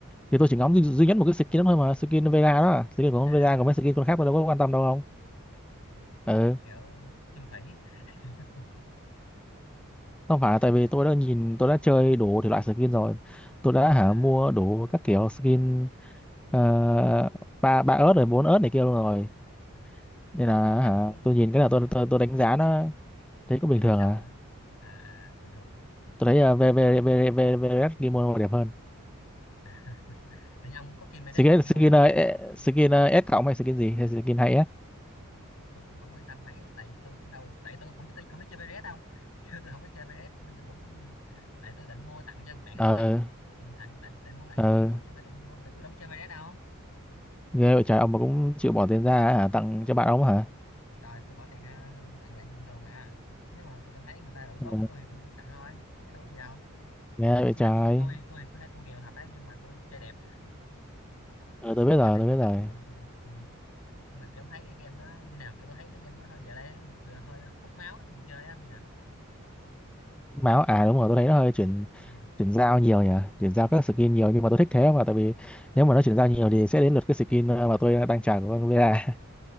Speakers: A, in the centre; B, on the left.
A: thì tôi chỉ ngắm duy, duy nhất một cái skin đó thôi mà skin Vega đó à. skin của ông
B: à
A: Vega còn mấy skin con khác tôi đâu có quan tâm đâu không ừ
B: kiểu chung thủy <laughs>
A: không phải là tại vì tôi đã nhìn tôi đã chơi đủ thể loại skin rồi tôi đã
B: à,
A: hả mua đủ các kiểu skin ờ, ba ba ớt rồi bốn ớt này kia luôn rồi
B: à.
A: nên là
B: mà ông thấy
A: hả
B: cái
A: tôi nhìn cái
B: ừ,
A: nào tôi tôi, tôi đánh giá nó thấy cũng
B: đẹp
A: bình thường
B: hay xấu
A: à
B: à à à bình thường
A: tôi thấy uh, VVVVVS Kimono đẹp hơn
B: à. <laughs> hình như ông cũng có kim vest
A: skin
B: với kimono
A: skin ờ,
B: nha
A: ế- skin ờ, S cộng hay skin gì hay skin hay S
B: tôi cũng không quan tâm mấy tại tôi cũng đâu tại tôi không biết tôi không biết chơi vest đâu <laughs> tôi không biết chơi vest nên tôi cũng tại tôi định mua tặng cho thằng bạn
A: ờ
B: tôi Ừ, tặng định, định mua tặng
A: ờ
B: cho thằng bạn tôi chứ không phải tôi tôi tại tôi đâu biết chơi vest đâu
A: nghe vậy trời
B: Ừ.
A: ông mà cũng chịu bỏ tiền ra hả tặng cho bạn ông hả
B: trời tôi bỏ tiền ra tặng bạn bình thường mà nếu mà tôi cảm thấy người ta đủ
A: Ờ,
B: tốt với tôi thì tôi tặng thôi chứ đâu có gì đâu
A: nghe vậy
B: ý
A: trời
B: là tôi tôi tôi thì có thể tôi nghèo thật đấy nhưng mà tôi chơi đẹp
A: ờ tôi biết
B: nghèo
A: rồi
B: thì
A: tôi
B: nghèo
A: biết
B: thật
A: rồi
B: nhưng mà chơi đẹp ừ. Nhưng mà kiểu em thấy cái game nó như nào kiểu tôi thấy nó game nó hơi giờ đây vừa hơi hút máu ấy, người chơi á không nhỉ
A: máu à đúng rồi tôi thấy nó hơi chuyển
B: ừ.
A: chuyển giao nhiều nhỉ chuyển giao các skin nhiều nhưng mà tôi thích thế mà tại vì nếu mà nó chuyển giao nhiều
B: à.
A: thì sẽ đến lượt cái skin ờ, mà tôi đang trả của con Vera